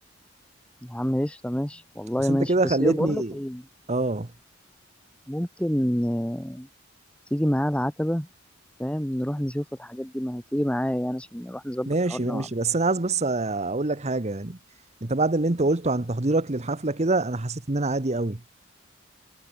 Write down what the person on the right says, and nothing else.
بس
انت كده خليتني
اه
ماشي
ماشي
بس انا عايز بس اقول لك حاجه يعني انت بعد اللي انت قلته عن تحضيرك للحفله كده انا حسيت ان انا عادي قوي